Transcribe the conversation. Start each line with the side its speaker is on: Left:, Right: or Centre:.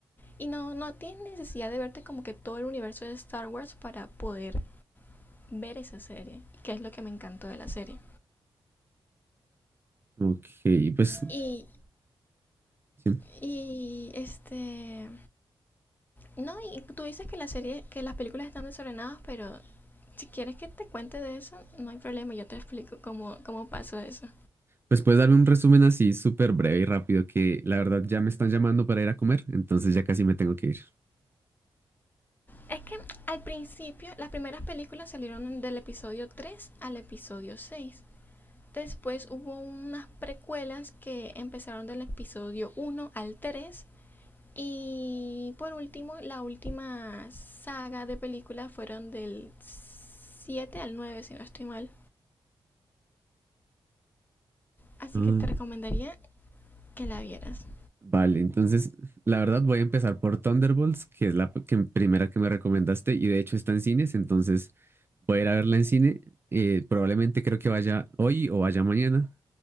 Left: Y no, no tienes necesidad de verte como que todo el universo de Star Wars para poder ver esa serie, que es lo que me encantó de la serie.
Right: Ok, pues,
Left: Y,
Right: sí.
Left: y este, no, y tú dices que la serie, que las películas están desordenadas, pero si quieres que te cuente de eso, no hay problema, yo te explico cómo, cómo pasó eso.
Right: Pues puedes darme un resumen así súper breve y rápido que la verdad ya me están llamando para ir a comer, entonces ya casi me tengo que ir.
Left: Es que al principio las primeras películas salieron del episodio 3 al episodio 6. Después hubo unas precuelas que empezaron del episodio uno al tres Y por último, la última saga de películas fueron del 7 al 9 si no estoy mal. Así
Right: Ah,
Left: que te recomendaría que la vieras.
Right: Vale, entonces la verdad voy a empezar por Thunderbolts, que es la p- que- primera que me recomendaste y de hecho está en cines, entonces voy a ir a verla en cine. eh, probablemente creo que vaya hoy o vaya mañana.